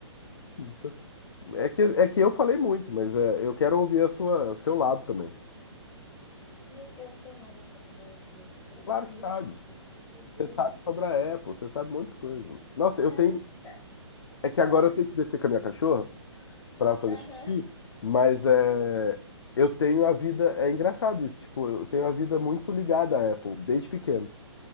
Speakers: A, on the left (about 55°); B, on the left (about 25°).
A: vocês- é que é que eu falei muito, mas é, eu quero ouvir a sua seu lado também.
B: E eu não sei nada de tecnologia. Meu
A: Claro
B: Deus
A: que sabe.
B: do céu, como eu sou burra.
A: Você sabe sobre a Apple, você sabe um monte de coisa. Nossa,
B: Nada.
A: eu tenho
B: Tá.
A: é que
B: Ah,
A: agora eu tenho que descer com a minha cachorra pra fazer
B: aham.
A: xixi, mas é eu tenho a vida é engraçado isso, tipo, eu tenho a vida muito ligada à Apple desde pequeno.